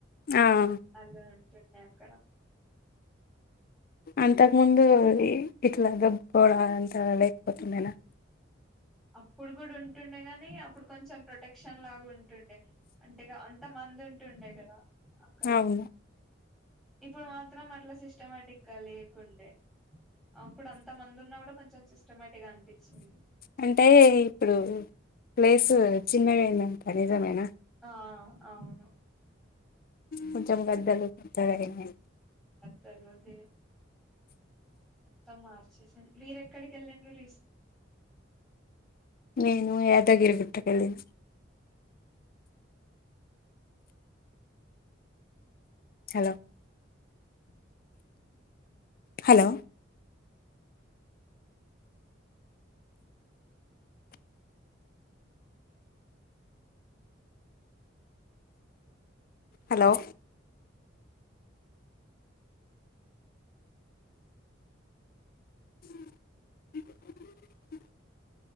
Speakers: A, on the left; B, in the centre.
A: ఆ
B: అలా న్నాక
A: అంతకు ముందు ఇట్లా దబ్బుకోవడం లేకపోతుండేనా
B: అప్పుడు కూడా ఉన్ టుండే గాని అప్పుడు కొంచెం ప్రొటెక్షన్ లాగా ఉంటుండే అంటేగా అంత మంది ఉంటుండే కదా అక్కడ
A: అవును
B: ఇప్పుడు మాత్రం అట్లా సిస్ స్టమేటిక్ గా లేకుండే అప్పుడు అంత మంది ఉన్నా కూడా కొం చెం సిస్టమేటిక్ గా అనిపించింది
A: అంటే ఇప్పుడు ప్లేస్ చిన్నగయిందంట నిజమేనా
B: ఆ అవును
A: కొంచెం గద్దలు కొత్తగాయినాయి
B: తరువాతే మొత్తం మార్చేసి మీరూ ఎక్కడికి వెళ్ళండ్రు రీసె
A: నేను యాదగిరిగుట్టకు వెళ్ళిన్ హలో హలో హలో <unintelligible>